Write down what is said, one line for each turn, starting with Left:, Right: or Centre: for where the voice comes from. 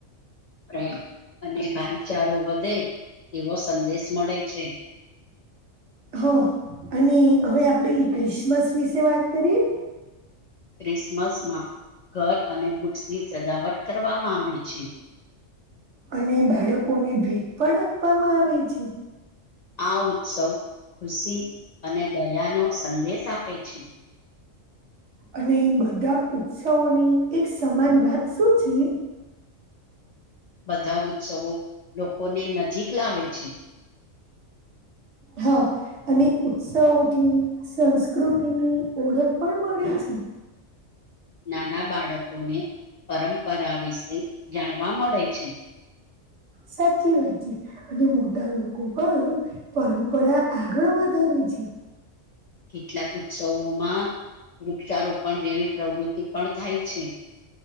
Left: પ્રેમ અને ભાઈચારો વધે એવો સંદેશ મળે છે. <inaudible>
Right: હ અને હવે આપણે ક્રિસમસ વિશે વાત કરીએ.
Left: ક્રિસમસમાં ઘર અને વૃક્ષની સજાવટ કરવામાં આવે છે. <inaudible>
Right: અને બાળકોને ભેટ પણ આપવામાં આવે છે.
Left: આ ઉત્સવ ખુશી અને દયાનો સંદેશ આપે છે.
Right: અને બધા ઉત્સવોની એક સમાન વાત શું છે.
Left: બધા ઉત્સવો લોકોને નજીક લાવે છે.
Right: હા અને ઉત્સાહોથી સંસ્કૃતિની ઓળખ પણ મળી છે. ઓઠ.
Left: નાના બાળકોને પરંપરા વિશે જાણવા મળે છે. <inaudible>
Right: સાચી વાતચી અને મોટા લોકો પણ પરંપરા આગળ વધારી જી
Left: કેટલાક ઉત્સવોમાં વૃક્ષારોપણ જેવી પ્રવૃત્તિ પણ થાય છે